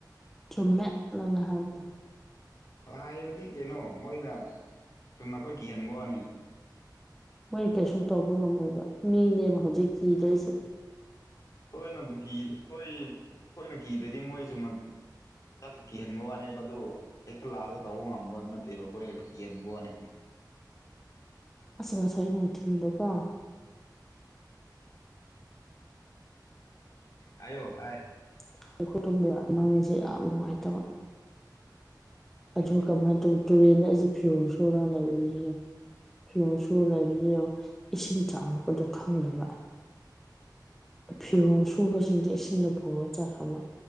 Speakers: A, in the centre; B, on the left (about 50°).
A: ꯆꯨꯝꯃꯦ ꯅꯪꯅ ꯍꯥꯏꯕꯗꯣ
B: ꯂꯥꯏꯕꯗꯤ ꯀꯩꯅꯣ ꯃꯣꯏꯅ ꯆꯨꯝꯅ ꯈꯣꯏ ꯀꯤꯍꯟ ꯋꯥꯅꯦ
A: ꯃꯣꯏ ꯀꯩꯁꯨꯝ ꯇꯧꯕ ꯉꯝꯃꯣꯏꯕ ꯃꯤꯅꯦꯕ ꯍꯧꯖꯤꯛ ꯀꯤꯗꯣꯏꯁꯦ
B: ꯑꯩꯈꯣꯏꯅꯕꯨ ꯀꯤ ꯑꯩꯈꯣꯏ ꯑꯩꯈꯣꯏꯅ ꯀꯤꯗ꯭ꯔꯗꯤ ꯃꯣꯏꯖꯨ ꯃꯥ ꯇꯛꯀꯤ ꯀꯤꯍꯟꯕ ꯋꯥꯅꯦꯕ ꯗꯨ ꯍꯦꯛꯇ ꯂꯥꯛꯑꯒ ꯇꯧꯕ ꯉꯝꯕ ꯅꯠꯇꯦꯕ ꯑꯩꯈꯣꯏ ꯀꯤꯍꯟꯕ ꯋꯥꯅꯦ ꯀꯩꯅꯣ
A: ꯑꯁ ꯉꯁꯥꯏ ꯅꯨꯡꯊꯤꯟꯗ ꯀꯣ
B: ꯍꯥꯏꯌꯣ ꯇꯥꯏ
A: <unintelligible> ꯌꯥꯝ ꯅꯨꯡꯉꯥꯏꯇꯕ ꯑꯗꯨꯒ ꯀꯃꯥꯏ ꯇꯧ ꯇꯨꯔꯦꯟꯗ ꯑꯩꯁꯦ ꯐꯤꯔꯣꯜ ꯁꯨꯔ ꯂꯩꯕꯅꯦ ꯐꯤꯔꯣꯟ ꯁꯨꯔꯒ ꯂꯩꯕꯅꯦ ꯏꯁꯤꯡ ꯆꯥꯎꯔꯛꯄꯗꯣ ꯈꯪꯗꯕ
B: <inaudible>
A: ꯐꯤꯔꯣꯝ ꯁꯨꯕꯁꯤꯡꯁꯦ ꯏꯁꯤꯡꯅ ꯄꯣꯔꯒ ꯆꯥꯈ꯭ꯔꯕ